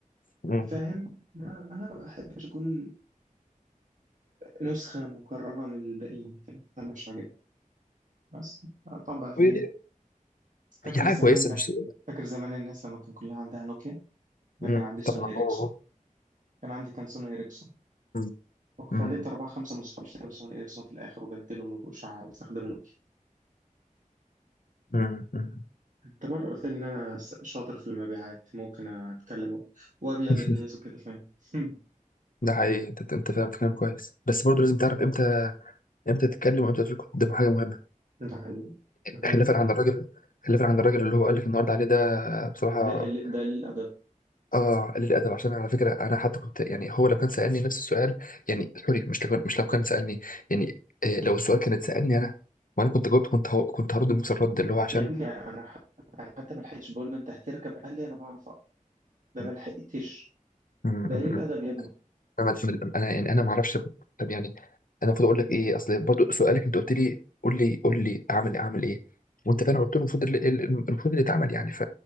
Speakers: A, on the left; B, on the right.
A: مم.
B: فاهم ما- أنا ما بحبش أكون نسخة مكررة من الباقيين فاهم أنا مش عاجبني بس طبع في
A: وهي دي
B: فاكر
A: هي حاجه
B: زمان
A: كويسه
B: لا
A: مش
B: فاكر زمان الناس لما كان كلها عندها نوكيا أنا
A: مم.
B: كان عندي سوني
A: طبعا
B: إيريكسون
A: اه
B: كان عندي كان سوني إيريكسون
A: آه. مم.
B: وخليت
A: مم.
B: أربعة خمسة من صحابي اشتروا سوني إيريكسون في الآخر وبدلوا ما بقوش أستخدمه
A: مم. مم.
B: انت مرة قلت لي ان انا س- شاطر في المبيعات ممكن اتكلم و- وابيع
A: <laughs>
B: للناس وكده فاهم <laughs>
A: ده حقيقي انت انت فاهم في كلام كويس بس برضه لازم تعرف
B: بس.
A: امتى امتى تتكلم وامتى تقول قدام حاجه مهمه
B: ده حقيقي ده حقيقي
A: خلافا عن الراجل خلافا عن الراجل اللي هو قال لك النهارده عليه ده بصراحه
B: ده ال... ده الادب
A: اه قليل الادب عشان على فكره انا حتى كنت يعني هو لو كان سالني نفس السؤال يعني سوري مش لو كان مش لو كان سالني يعني إيه لو السؤال كانت سالني انا وانا كنت جاوبت كنت هو كنت هرد نفس الرد اللي هو عشان
B: يا ابني انا ح... انا حتى ما لحقتش بقول له انت هتركب قال لي انا بعرف اقرا ده
A: م-
B: ما لحقتش
A: م- م-
B: ده ليه الادب يا ابني
A: انا انا يعني انا ما اعرفش طب يعني انا المفروض اقول لك ايه اصل برضو سؤالك انت قلت لي قول لي قول لي اعمل إيه، اعمل ايه وانت فاهم قلت له المفروض اللي- المفروض اللي اتعمل يعني ف